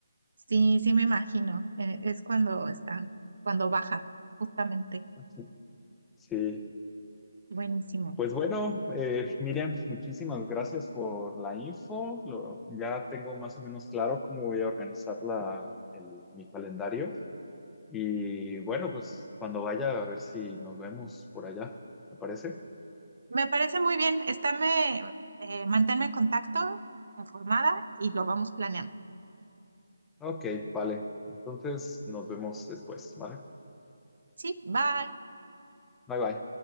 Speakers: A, on the right; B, in the centre.
A: Sí, sí me imagino. eh, es cuando está, cuando baja, justamente.
B: <laughs> Sí,
A: Buenísimo.
B: pues bueno, eh, Miriam, muchísimas gracias por la info. Lo- ya tengo más o menos claro cómo voy a organizar la, el- mi calendario. Y bueno, pues cuando vaya a ver si nos vemos por allá, ¿te parece?
A: Me parece muy bien. Estáme, eh, manténme en contacto, informada y lo vamos planeando.
B: Ok, vale. Entonces nos vemos después, ¿vale?
A: Sí, bye.
B: Bye bye.